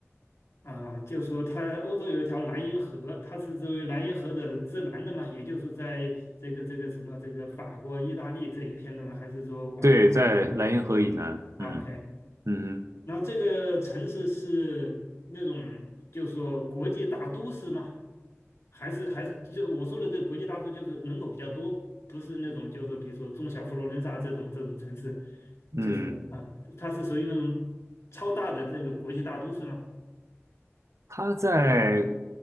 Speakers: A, on the left; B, on the right.
A: 啊、就说它欧洲有一条莱茵河，它是作为莱茵河的之南的嘛，也就是在这个这个什么这个法国、意大利这一片的嘛，还是说往北
B: 对，在莱茵河以南，
A: o
B: 嗯
A: k
B: 嗯哼
A: 那这个城市是那种，就是说国际大都市吗？还是还是就是我说的这个国际大都市，就是人口比较多，不是那种就是说，比如说中小佛罗伦萨这种这种城市，
B: 嗯，
A: 就是说啊，它是属于那种超大的这个国际大都市吗？
B: 它在，